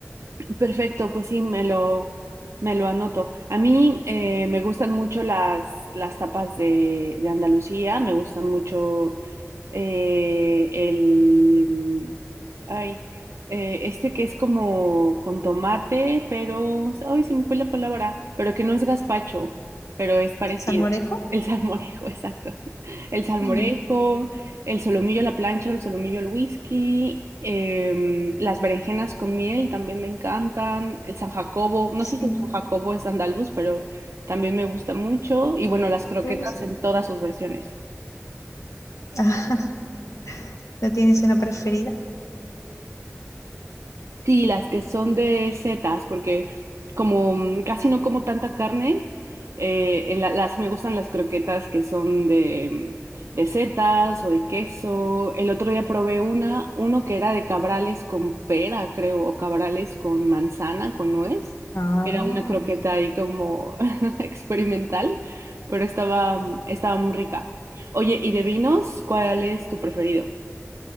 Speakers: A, on the right; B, on the left.
A: Perfecto, pues sí, me lo, me lo anoto. A mí eh, me gustan mucho las, las tapas de, de Andalucía, me gustan mucho eh, el, ay, eh, este que es como con tomate, pero, ay, se me fue la palabra, pero que no es gazpacho, pero es parecido.
B: ¿Salmorejo?
A: El salmorejo, <laughs> exacto. El salmorejo,
B: Mm,
A: el solomillo a la plancha, el solomillo al whisky, em, las berenjenas con miel también me encantan, el San Jacobo, no
B: sí,
A: sé si el San Jacobo es andaluz, pero también me gusta mucho, y bueno, las croquetas
B: creo que sí.
A: en todas sus versiones.
B: <laughs> ¿No tienes una preferida?
A: Sí, las que son de setas, porque como mm, casi no como tanta carne, eh, en la- las me gustan las croquetas que son de, mm, de setas o de queso. El otro día probé una, uno que era de cabrales con pera, creo, o cabrales con manzana, con nuez.
B: Ah.
A: Era una croqueta ahí como <laughs> experimental, pero estaba, mm, estaba muy rica. Oye, ¿y de vinos? ¿Cuál es tu preferido?